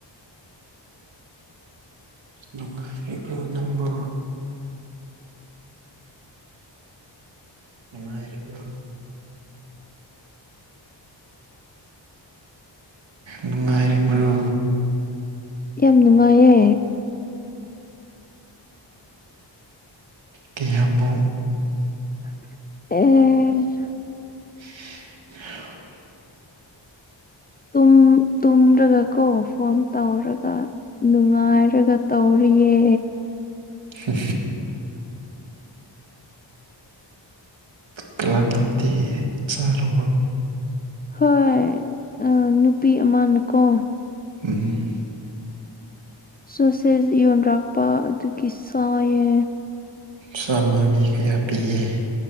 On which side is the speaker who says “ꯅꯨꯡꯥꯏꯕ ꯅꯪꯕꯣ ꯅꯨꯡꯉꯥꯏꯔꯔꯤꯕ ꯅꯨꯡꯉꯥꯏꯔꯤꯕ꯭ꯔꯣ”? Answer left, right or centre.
Right